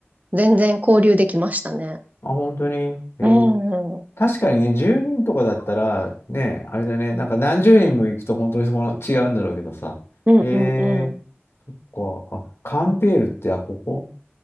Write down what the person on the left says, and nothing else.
あ、本当に。へえ。
確かにね、10人とかだったら、ね、あれだね、なんか何十人も行くと本当にそうな、違うんだろうけどさ。
へえ、そっか。あ、カンペールって、あ、ここ